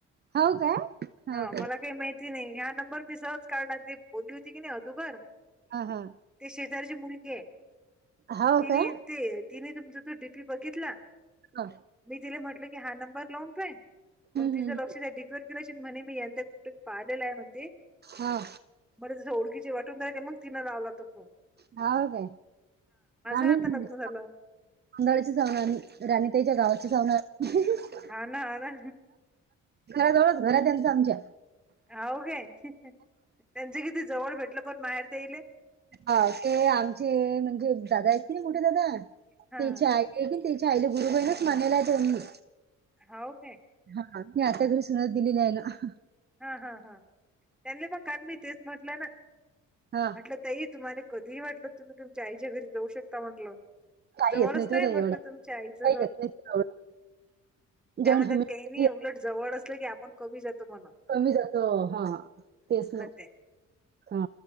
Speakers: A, on the right; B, in the centre.
A: हाव काय हाव
B: हा
A: काय
B: मला काही माहिती? ती नाही या्या नंबर मी सर्च काढला ते बोलली होती की नाही अगोदर.
A: हा हा.
B: ते शेजारची मुलगी आहे
A: हाव
B: तिने
A: काय
B: ते तिने तुमचा तो डीपी बघितला.
A: हृ
B: मी तिला म्हटलं की हा नंबर लावूनतोय मग तिचं
A: हम्म हम्म
B: लक्ष द र किलोन म्हणे मीं कुठट की पाहिलेला आहे मते.
A: हा.
B: मर जस ओळखीची वाटून जाय मग तिन लावला तर.
A: ह आहे. आम्ही
B: आता लग्न
A: नंदाळ्याची
B: झालं.
A: वणार रानताईच्या गावाची जाणार. हम्म हा.
B: हा ना ह ना.
A: घराजवळच घर आहे त्यांच आमच्या.
B: हऊ काय त्यांचे किती जवळ भेटलं पण माहेर ते येईल.
A: हा ते आमचे म्हणजे दादा आहेत कि नाही मोठे दादा ते
B: हां,
A: य की. त्याची आईली गुरु बहिणच मानला आहेनी.
B: हो का.
A: हा मी आता घरी सुनत दिली नाही ना
B: हा हा हां त्यांनी पण का मी तेच म्हटलं ना
A: हा
B: म्हटलं तही तुम्हाला कधीही वाटलं तुम्ही तुमच्या आईच्या घरी जाऊ शकता म्हटलं.
A: काही
B: जवळच
A: येत नाही तो
B: आहे
A: त्या
B: म्हटलं
A: एवढ्या
B: तुमच्या आईचं
A: काही
B: घर.
A: येत नाही तो एवढा
B: त्यामध्येत
A: जॉईंट फॅमिली
B: काही नाही उलट जवळ असलं की आपण कमी जातो म्हण
A: कमी जातो हा तेच ना
B: त्या.
A: हा